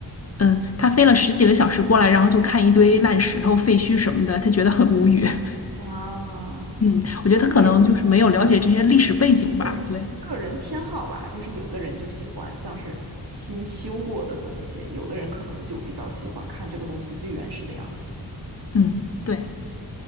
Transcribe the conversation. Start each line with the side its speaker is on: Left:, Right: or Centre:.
Left: 嗯，他飞了十几个小时过来，
Right: 是吧？
Left: 然后就看一堆烂石头、废墟什么的，他觉得很无语。<laughs>
Right: 啊，
Left: 嗯，我觉得他可能就是没有了解这些历史背景吧。
Right: 这个也能理解。对，
Left: 对，
Right: 个人偏好吧，就是有的人就喜欢像是新修过的东西，有的人可能就比较喜欢看这个东西最原始的样子。
Left: 嗯，对，